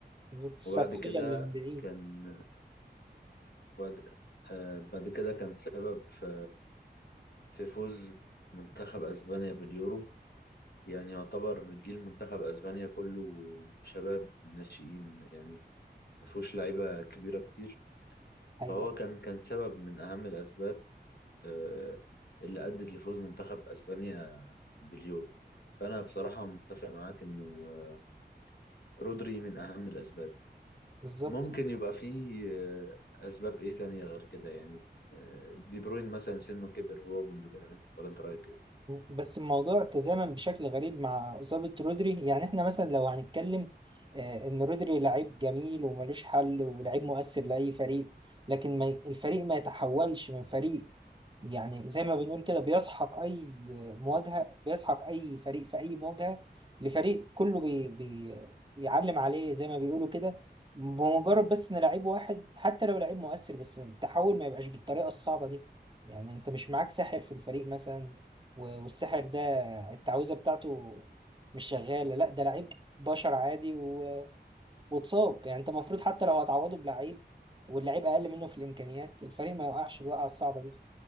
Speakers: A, on the right (about 25°); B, on the left (about 65°).
A: بالظبط. السبقية
B: وبعد كده
A: اللي من بعيد
B: كان بعد آه، بعد كده كان سبب في في فوز منتخب أسبانيا باليورو يعني يعتبر جيل منتخب اسبانيا كله شباب ناشئين يعني ما فيهوش لعيبه كبيره كتير
A: حقيقة
B: فهو كان كان سبب من اهم الاسباب آه، اللي ادت لفوز منتخب اسبانيا باليورو فانا بصراحه متفق معاك انه آه، رودري من اهم الاسباب
A: بالظبط
B: ممكن يبقى فيه آه، اسباب ايه تانية غير كده يعني آه، دي بروين مثلا سنه كبر هو جندوجان ولا انت رايك ايه
A: بس الموضوع تزامن بشكل غريب مع إصابة رودري يعني احنا مثلا لو هنتكلم آه، إن رودري لعيب جميل وملوش حل ولعيب مؤثر لأي فريق لكن ما ي- الفريق ما يتحولش من فريق يعني زي ما بنقول كده بيسحق اي مواجهه بيسحق اي فريق في اي مواجهه لفريق كله بي بي بيعلم عليه زي ما بيقولوا كده بمجرد بس ان لعيب واحد حتى لو لعيب مؤثر بس التحول ما يبقاش بالطريقه الصعبه دي يعني انت مش معاك ساحر في الفريق مثلا و- والساحر ده التعويذه بتاعته مش شغاله لا ده لعيب بشر عادي و... واتصاب يعني انت المفروض حتى لو هتعوضه بلعيب واللعيب اقل منه في الامكانيات الفريق ما يوقعش الوقعه الصعبه دي